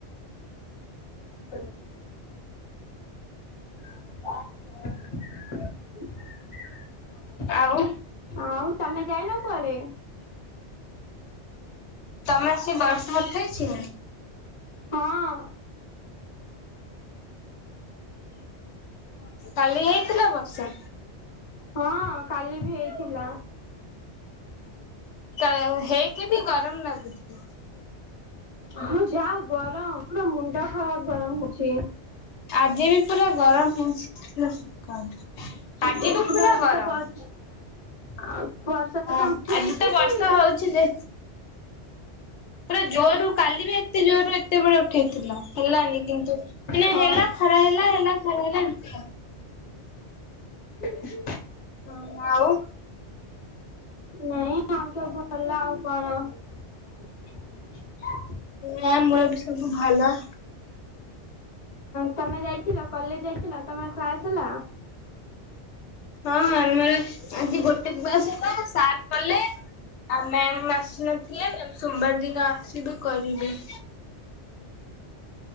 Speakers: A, on the left (about 35°); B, on the left (about 80°).
A: ସେ <unintelligible>
B: ଆଉ?
A: ଆଉ ତମେ ଯାଇନ କୁଆଡେ?
B: ତମେ ସେ ବର୍ଷ ବଥେଇଛି ନା।
A: ହଁ
B: କାଲି ହେଇଥିଲା ବର୍ଷା?
A: ହଁ କାଲି ବି ହେଇଥିଲା।
B: କା ହେଇକି ବି ଗରମ ଲାଗୁଥିଲା।
A: ହଁ ଯାହା ଗରମ ପୁରା ମୁଣ୍ଡ ଟା ଖରାପ ଗରମ ହଉଛି।
B: ଆଜି ବି ପୁରା ଗରମ ହେଉଥିଲା ସକାଳ ଆଜି
A: ଦେଖିବା
B: ବି ପୁରା
A: ଆଜି
B: ଗରମ।
A: <inaudible>
B: ହଁ
A: ତ ଉଠେଇଛି
B: ଆଜି ତ ବର୍ଷ ହଉଛି ଯେ ପୁରା ଜୋରରୁ କାଲି ବି ଏତେ ଜୋର ରୁ ଏତେବେଳେ ଉଠେଇଥିଲା ହେଲାନି କିନ୍ତୁ
A: ହଁ
B: ଏ ହେଲା ଖରା ହେଲା ହେଲା ଖରା ହେଲା
A: <inaudible>
B: ହୁଁ ଆଉ?
A: ନାଇ ଆଉ ସବୁ ଭଲ ଆଉ କଣ? <unintelligible>
B: ନା ମୋର ବି ସବୁ ଭଲ।
A: ତମେ ଯାଇଥିଲ କଲେଜ ଯାଇଥିଲ ତମର କ୍ଲାସ ହେଲା।
B: ହଁ ଆମର ଆଜି ଗୋଟେ କ୍ଲାସ ହେଲା ସାର୍ କଲେ। ଆ ମ୍ୟାାମ ଆସିନଥିଲେ ସୋମବାର ଦିନ ଆସିବି କରିବି।